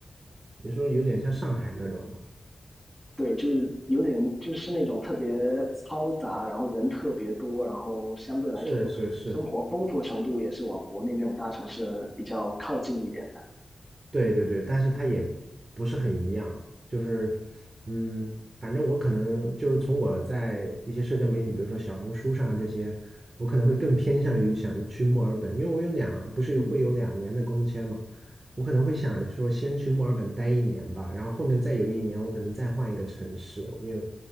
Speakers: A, on the right; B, in the centre.
A: 你说有点像上海那种嘛？
B: 对，就是有点就是那种特别嘈杂，然后人特别多，然后相对来说生活丰富程度也是往国内那种大城市比较靠近一点的。
A: 是是是，对对对，但是它也不是很一样，就是，嗯，反正我可能就是从我在一些社交媒体，比如说小红书上啊这些，我可能会更偏向于想去墨尔本，因为我有两，不是有会有两年的工签嘛，
B: 嗯
A: 我可能会想说先去墨尔本待一年吧，然后后面再有一年我可能再换一个城市，因为